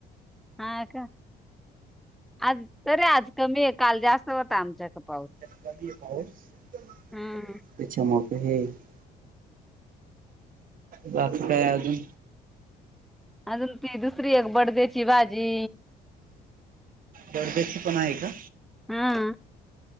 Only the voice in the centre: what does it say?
हा का आज तरी आज कमी आहे काल जास्त होता आमच्याकडे पाऊस.
हम्म.
अजून ती दुसरी एक बर्डेची भाजी
हा